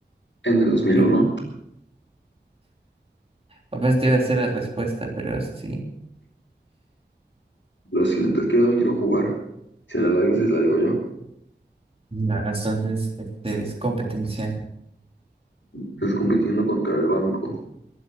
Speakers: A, on the left; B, on the right.
A: En el dos mil
B: Yo
A: uno.
B: apenas te iba a decir la respuesta, pero sí.
A: Lo siento, es que yo también quiero jugar. Si no la dices, la digo yo.
B: Ya, entonces, este es competencia.
A: Estás compitiendo contra el banco.